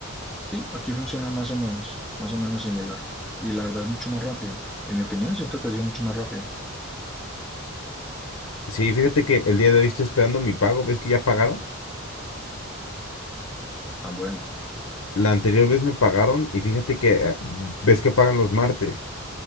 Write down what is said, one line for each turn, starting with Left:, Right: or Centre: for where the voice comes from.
Centre: Sí, aquí funciona más o menos, más o menos similar. Y la verdad es mucho más rápida. En mi opinión, siento que ha sido mucho más rápida.
Left: Sí, fíjate que el día de hoy estoy esperando mi pago. ¿Ves que ya pagaron?
Centre: Tan bueno.
Left: La anterior vez me pagaron y fíjate que eh, ves que pagan los martes.